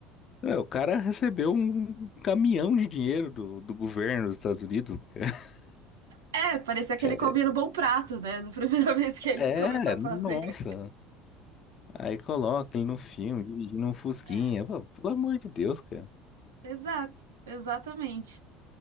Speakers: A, on the left (about 40°); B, on the right (about 70°).
A: É, o cara recebeu um caminhão de dinheiro do, do governo dos Estados Unidos. <laughs>
B: É, parecia que
A: É,
B: ele comia no bom prato, né? Na primeira <laughs> vez que ele
A: é,
B: começou a
A: nossa.
B: fazer.
A: Aí coloca ele no filme, dirigindo um Fusquinha.
B: É,
A: Pô, Pelo amor de Deus, cara.
B: exato, exatamente.